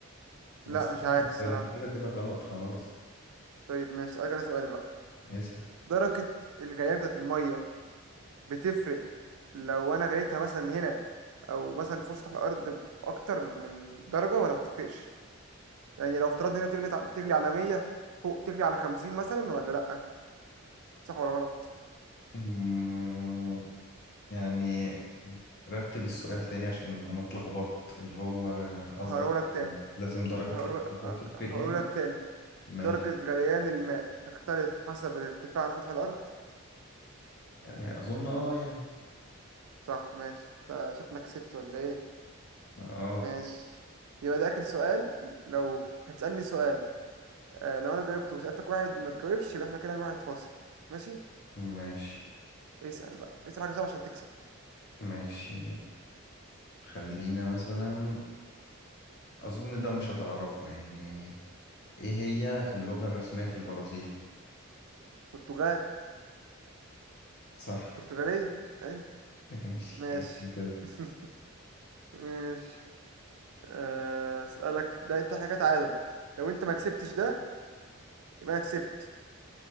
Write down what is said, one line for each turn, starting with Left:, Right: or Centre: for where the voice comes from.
Left: بس
Right: لا
Left: خلاص
Right: مش عارف
Left: انت
Right: الصراحه
Left: انت كده كده غلط خلاص
Right: طيب ماشي اسالك انا سؤال بقى
Left: اسأل
Right: درجه الغليان بتاعت الميه بتفرق لو انا غليتها مثلا هنا او مثلا في سطح الارض اكتر من درجه ولا بتفرقش يعني لو افترضنا هنا بتغلي بتغلي على 100 فوق تغلي على 50 مثلا ولا لا صح ولا غلط
Left: مم، يعني رتب السؤال تاني عشان انا اتلخبطت اللي هو قصدك
Right: هقوله لك تاني
Left: لازم درجة
Right: هقوله
Left: الحرارة تفرق
Right: هقوله
Left: يعني
Right: لك تاني
Left: ماشي
Right: درجة غليان الماء تختلف حسب الارتفاع عن سطح الأرض
Left: آه، اظن اه يعني
Right: صح ماشي تا- شكلك كسبت ولا إيه
Left: اه
Right: ماشي يبقى ده آخر سؤال لو هتسألني سؤال آه لو أنا جاوبته وسألتك واحد ما تجاوبش يبقى إحنا كده واحد فاصل ماشي
Left: ماشي
Right: اسأل بقى اسأل حاجة صعبة عشان تكسب
Left: ماشي خلينا مثلا اظن ده مش هتعرفه يعني ايه هي اللغة الرسمية في البرازيل
Right: برتغال
Left: صح
Right: برتغالية أيوة
Left: <laughs> ماشي
Right: ماشي
Left: كان كان كده
Right: <laughs> ماشي آه، أسألك ده أنت حاجة تعادل لو أنت ما كسبتش ده يبقى أنا كسبت